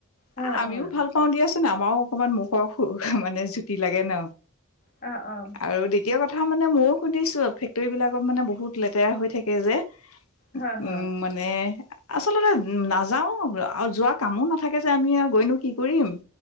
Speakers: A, on the left; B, on the left.
A: অ',
B: <inaudible> আমিও
A: অ'।
B: ভাল পাও দিয়াচোন আমাৰো অকমান মুখৰ সুখ মানে জুতি লাগে ন
A: অ', অ',
B: আৰু দ্বিতীয় কথা মানে ময়ও শুনিছো ফেক্টৰী বিলাকত মানে বহুত লেতেৰা হৈ থাকে থাকে যে
A: হয়, হয়,
B: উম মানে আচলতে নাযাও আৰু যোৱা কামো নাথাকে যে আমি গৈনো কি কৰিম